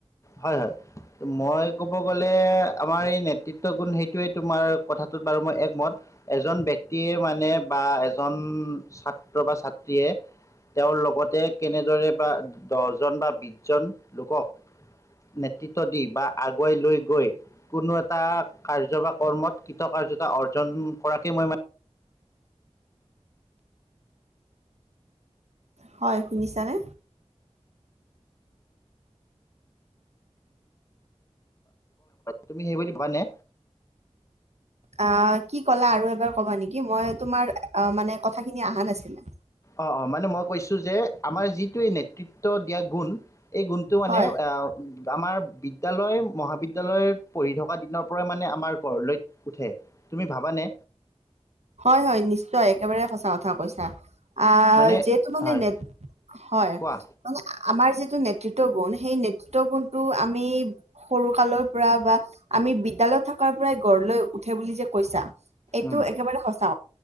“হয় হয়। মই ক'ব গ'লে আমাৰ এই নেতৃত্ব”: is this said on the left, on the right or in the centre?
Left